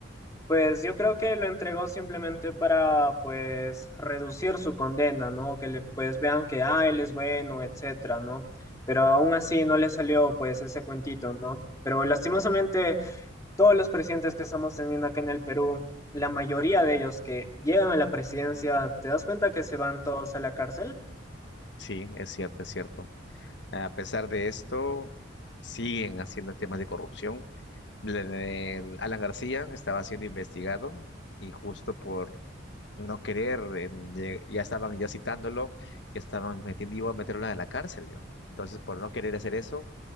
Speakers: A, on the left (about 15°); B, on the left (about 65°).
A: pues, yo creo que lo entregó simplemente para, pues, reducir su condena, ¿no? Que, le, pues, vean que, ah, él es bueno, etcétera, ¿no? Pero aún así no le salió, pues, ese cuentito, ¿no? Pero lastimosamente todos los presidentes que estamos teniendo acá en el Perú, la mayoría de ellos que llegan a la presidencia, ¿te das cuenta que se van todos a la cárcel?
B: Sí, es cierto, es cierto. A pesar de esto, siguen haciendo temas de corrupción. El Alan García estaba siendo investigado y justo por no querer, en- ye- ya estaban ya citándolo, ya estaban metiendo, iba a meterlo a la cárcel, ¿no? Entonces, por no querer hacer eso,